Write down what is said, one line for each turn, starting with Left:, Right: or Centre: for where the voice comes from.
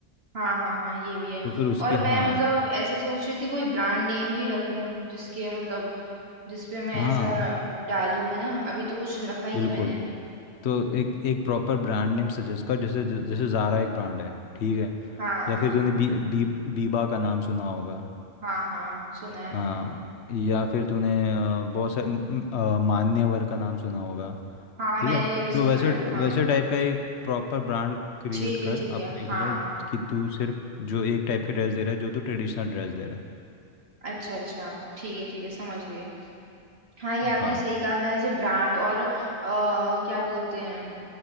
Right: हाँ हाँ हाँ ये भी है
Left: तो फिर उसके
Right: और मैं
Left: हाँ
Right: मतलब ऐसे सोच रही थी कोई ब्रांड नेम भी रखूं जिसके मतलब जिसपे मैं
Left: हाँ
Right: ऐसा डालूं है ना अभी तो कुछ रखा ही
Left: बिल्कुल
Right: नहीं मैंने
Left: तो एक एक प्रॉपर ब्रांड नेम सजेस्ट कर जैसे जैसे ज़ारा एक ब्रांड है ठीक है
Right: हाँ
Left: या
Right: हाँ
Left: फिर तूने बी बी बीबा का नाम सुना होगा
Right: हाँ हाँ सुना है मैंने
Left: हाँ या फिर तूने अ, बहुत सारे म- म- अ, मान्यवर का नाम सुना होगा
Right: हाँ
Left: ठीक
Right: मैंने
Left: है
Right: ये भी सुना
Left: तो वैसे
Right: है हाँ
Left: वैसे टाइप का एक प्रॉपर ब्रांड क्रिएट
Right: ठीक है
Left: कर
Right: ठीक
Left: अपने
Right: है हाँ
Left: के लिए कि तू सिर्फ जो एक टाइप के ड्रेस दे रहा है जो तू ट्रेडिशनल ड्रेस दे रहा
Right: अच्छा अच्छा ठीक है ठीक है समझ गई हाँ ये आपने
Left: है हाँ
Right: सही कहा मैं ऐसे ब्रांड और अ, क्या बोलते हैं